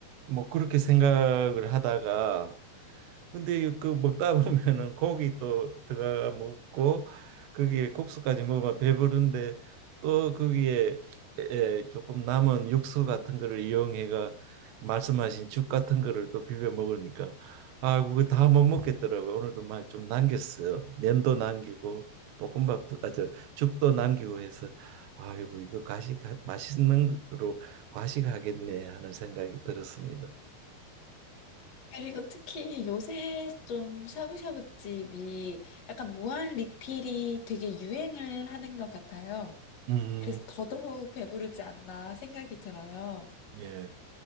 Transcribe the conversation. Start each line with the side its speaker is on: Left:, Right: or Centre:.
Right: 뭐 그렇게 생각을 하다가 근데 그 먹다 보면은 <laughs> 고기 또 들어가 먹고 거기에 국수까지 먹으면 배부른데 또 거기에 에, 조금 남은 육수 같은 거를 이용해가 말씀하신 죽 같은 거를 또 비벼 먹으니까 아 그거 다 못 먹겠더라고요. 오늘도 많이 좀 남겼어요. 면도 남기고 볶음밥도 아저 죽도 남기고 해서 아이고 이거 과식 맛있는 거로 과식하겠네 하는 생각이 들었습니다.
Left: 그리고 특히 요새 좀 샤브샤브집이 약간 무한 리필이 되게 유행을 하는 것 같아요.
Right: 음,
Left: 그래서 더더욱 배부르지 않나 생각이 들어요.
Right: 예.